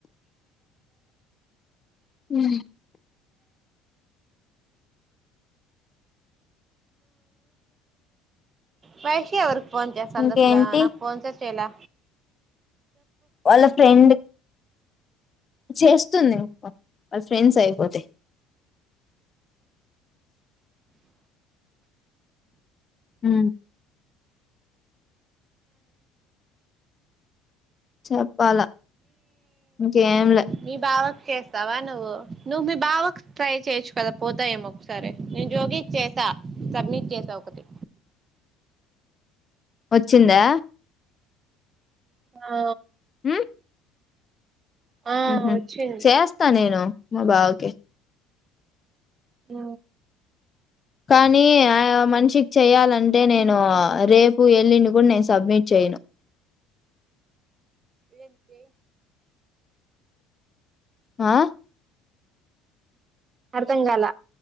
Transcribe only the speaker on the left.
ఉ
ఇంకేంటి
వాళ్ళ ఫ్రెండ్ చేస్తుంది వాళ్ళ ఫ్రెండ్స్ అయిపోతే హు చెప్పాలా ఇంకేం లే
వచ్చిందా
ఉమ్
ఉహు
చేస్తా నేను మా బావకి
కానీ ఆ మనిషికి చేయాలంటే నేను రేపు వెల్లుండి కూడా నేను సబ్మిట్ చేయను
ఆ